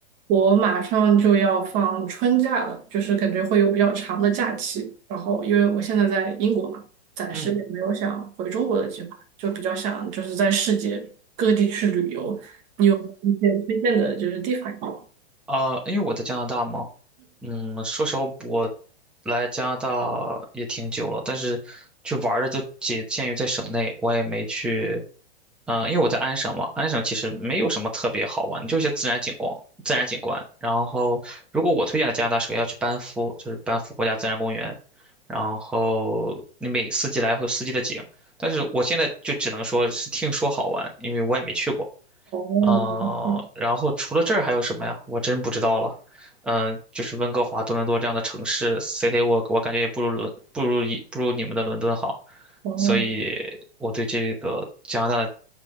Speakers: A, on the right; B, in the centre.
A: 我马上就要放春假了，就是感觉会有比较长的假期。然后，因为我现在在英国嘛，暂时也没有想回中国的计划，
B: 嗯，
A: 就比较想就是在世界各地去旅游。你有没有一些推荐的就是地方吗
B: 啊、因为我在加拿大嘛，嗯，说实话，我来加拿大也挺久了，但是去玩儿的就仅限于在省内，我也没去。嗯、因为我在安省嘛，安省其实没有什么特别好玩的，就是一些自然景观、自然景观。然后，如果我推荐的加拿大，首先要去班夫，就是班夫国家自然公园。然后你每四季来会有四季的景，但是我现在就只能说是听说好玩，因为我也没去过。
A: 嗯
B: 嗯，然后除了这儿还有什么呀？我真不知道了。嗯，就是温哥华、多伦多这样的城市，City Walk，我感觉也不如伦，不如一不如你们的伦敦好。
A: 哦嗯哦
B: 所以我对这个加拿大的